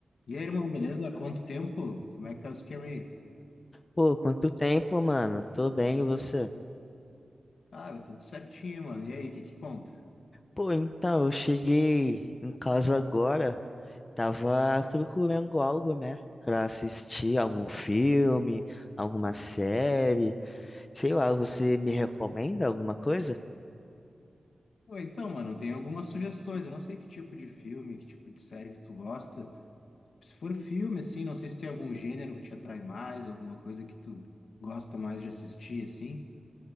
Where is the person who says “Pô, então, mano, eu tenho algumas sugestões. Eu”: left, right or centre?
Left